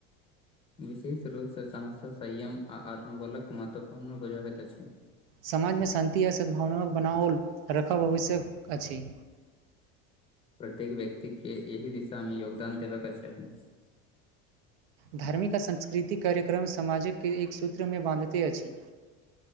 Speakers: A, on the left; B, on the right.
A: विशेष रूप सँ समस्या संयम आ आत्मबलक महत्वपूर्ण बुझाबति अछि
B: समाज मे शान्ति आ सद्भावनाक बनाओल रखब आवश्यक अछि
A: प्रत्येक व्यक्ति के एहि दिशा मे योगदान देबेके चाही
B: धार्मिक आ सांस्कृतिक कार्यक्रम समाज के एक सूत्र मे बाँधते अछि